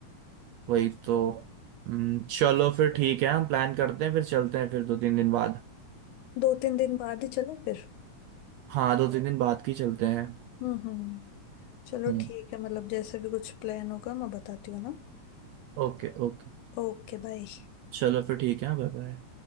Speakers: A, on the right; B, on the left.
A: वही तो हम्म, चलो फिर ठीक है हम प्लान करते हैं फिर चलते हैं फिर दो तीन दिन बाद
B: दो तीन दिन बाद ही चले फिर
A: हाँ दो तीन दिन बाद की चलते हैं
B: हम्म हम्म चलो
A: हम्म,
B: ठीक है मतलब जैसे भी कुछ प्लान होगा मैं बताती हूँ ना
A: Okay okay
B: Okay bye
A: चलो फिर ठीक है बाय बाय